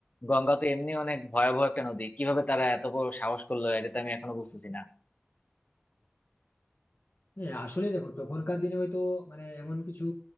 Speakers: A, on the left; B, on the left.
A: গঙ্গা তো এমনি অনেক ভয়াবহ একটা নদী কিভাবে তারা এত বড় সাহস করলো এটা তো আমি এখনো বুঝতেছি না
B: হ্যাঁ আসলে দেখো তখনকার দিনে হয়তো মানে এমন কিছু